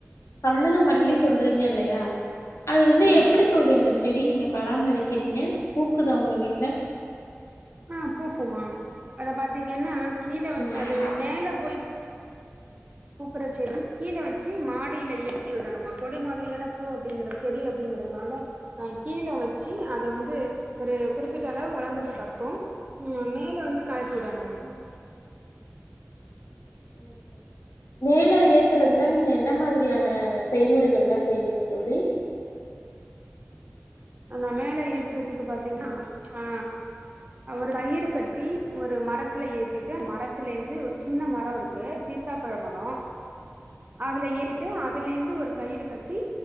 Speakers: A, on the left; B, on the right.
A: சந்தன மல்லி சொல்றீங்க இல்லையா அது வந்து
B: ஆமா
A: எப்டி தோழி அந்த செடி நீங்க பராமரிக்கிறீங்க பூக்குதா உங்க வீட்ல
B: ஆ பூக்குமா அத பாத்தீங்கன்னா கீழ வ
A: ம்ஹும்
B: அது மேல போய் பூக்குற செடி கீழ வச்சி மாடில ஏத்தி விடணுமா கொடி மாதிரியான பூ அப்டிங்கற செடி அப்டிங்கறதுனால அ கீழ வச்சி அத வந்து ஒரு குறிப்பிட்ட அளவு வளர்ந்ததுக்கு அப்றோ ம் மேல வந்து காய்த்து விடணுமா
A: ம் ம் ம் மேல ஏத்துறதுனா நீங்க என்ன மாதிரியா ன செய்முறைகள்லா செய்வீங்க தோழி
B: ஆமா மேல ஏத்துறதுக்கு பாத்தீங்ன்னா ஆ ஒரு கயிறு கட்டி ஒரு மரத்துல ஏத்திட்டு மரத்தல இருந்து ஒரு சின்ன மரோ இருக்கு சீ த்தாப்பழ மரோ அதுல ஏறிட்டு அதுலேந்து ஒரு கயிறு கட்டி